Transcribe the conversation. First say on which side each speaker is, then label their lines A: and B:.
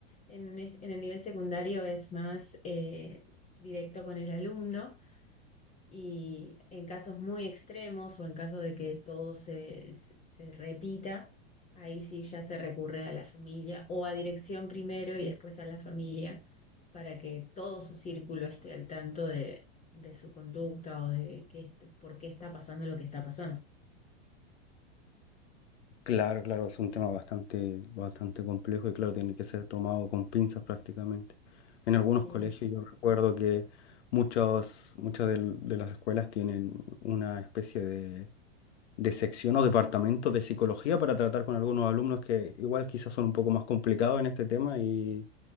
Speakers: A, on the left; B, on the left.
A: En, est- en el nivel secundario es más eh, directo con el alumno y en casos muy extremos o en caso de que todo se, se- se repita, ahí sí ya se recurre a la familia o a dirección primero y después a la familia para que todo su círculo esté al tanto de, de su conducta o de qué, est- por qué está pasando lo que está pasando.
B: Claro, claro, es un tema bastante, bastante complejo y claro, tiene que ser tomado con pinzas prácticamente. En algunos
A: Sí,
B: colegios yo recuerdo que muchos, muchas del- de, las escuelas tienen una especie de, de sección o departamento de psicología para tratar con algunos alumnos que igual quizás son un poco más complicados en este tema y,